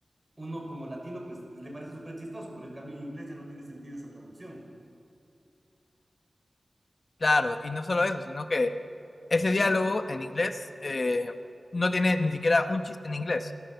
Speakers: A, on the right; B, on the left.
A: uno como latino, pues le parece súper chistoso, pero en cambio en inglés ya no tiene sentido esa traducción.
B: Claro, y no solo eso, sino que ese diálogo en inglés eh, no tiene ni siquiera un chiste en inglés.